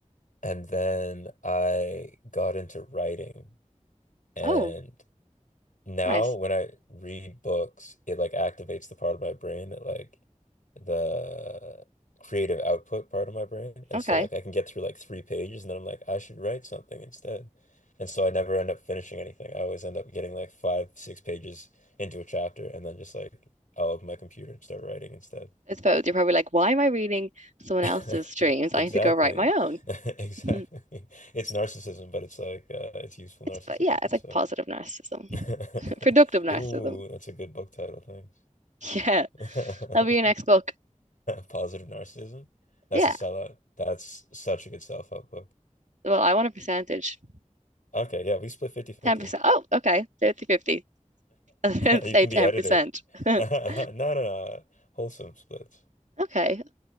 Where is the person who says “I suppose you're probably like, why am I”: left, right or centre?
Right